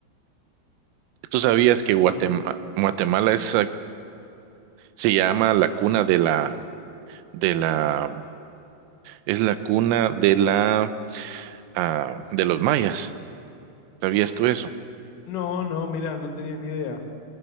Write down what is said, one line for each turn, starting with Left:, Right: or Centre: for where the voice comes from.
Right: ¿Tú sabías que Guatemala,
Left: Y mm,
Right: Guatemala es Se llama la cuna de la, de la, es la cuna de la, ah, de los mayas. ¿Sabías tú eso?
Left: no, no, mirá, no tenía ni idea.